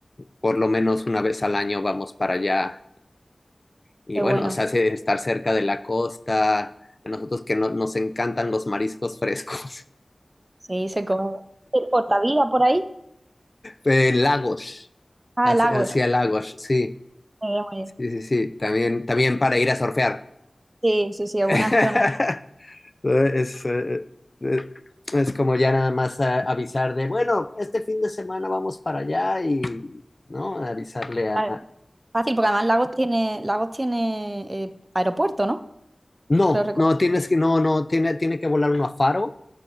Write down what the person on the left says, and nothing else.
por lo menos una vez al año vamos para allá y
bueno,
o sea, hace estar cerca de la costa, a nosotros que no, nos encantan los mariscos frescos. <laughs>
Eh, lagos,
hacia,
hacia lagos, sí,
sí, sí, sí, también, también para ir a surfear.
<laughs>
Es, eh, eh, es como ya nada más a- avisar de, bueno, este fin de semana vamos para allá y, ¿no? Avisarle a...
a-
No,
no, tienes que, no, no, tiene, tiene que volar uno a Faro